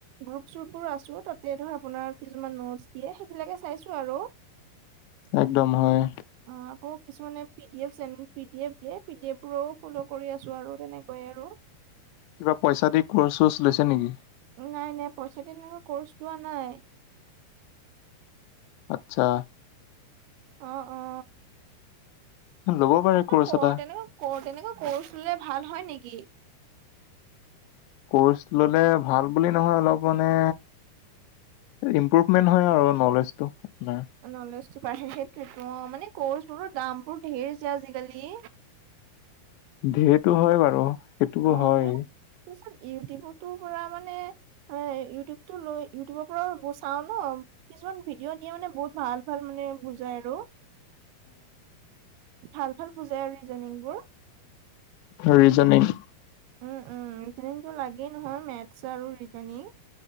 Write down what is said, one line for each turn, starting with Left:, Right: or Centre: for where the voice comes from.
Right: গ্ৰুপ চ্ৰুপবোৰ আছোঁ, তাতে ধৰ আপোনাৰ কিছুমান নোটছ দিয়ে, সেইবিলাকে চাইছোঁ আৰু।
Left: একদম হয়।
Right: অ', আকৌ কিছুমানে P D F send P D F দিয়ে, পি ডি এফ বোৰো ফল' কৰি আছো আৰু তেনেকুৱাই আৰু।
Left: কিবা পইচা দি কৰ্চ চৰ্চ লৈছে নেকি?
Right: নাই, নাই, পইচা দি তেনেকুৱা কৰ্চ লোৱা নাই।
Left: আট্চা।
Right: অ', অ'।
Left: ল'ব পাৰে। কৰ্চ
Right: কৰ
Left: এটা
Right: তেনেক কৰ তেনেকুৱা কৰ্ছ ললে ভাল হয় নেকি?
Left: কৰ্চ ললে ভাল বুলি নহয়, অলপ মানে এ ইম্প্ৰুভমেন্ট হয় আৰু নলেজটো আপোনাৰ।
Right: নলেজটো বাঢ়ে, সেইটোৱেইটো অ', মানে কৰ্চ বোৰৰ দাম বোৰ ধেৰ যে আজিকালি।
Left: ধেৰটো হয় বাৰু, সেইটোও
Right: অ'
Left: হয়।
Right: ত তাৰপিছত ইউটিউবতো পৰা মানে মানে ইউটিউবটো লৈ ইউটিউবৰ পৰা ব চাও ন। কিছুমান ভিডিঅ' দিয়ে মানে বহুত ভাল ভাল মানে বুজাই আৰু। ভাল ভাল বুজাই আৰু ৰিজনিংবোৰ
Left: ৰিজনিং
Right: উম', উম', ৰিজনিং টো লাগেই নহয়, মেথছ আৰু ৰিজনিং।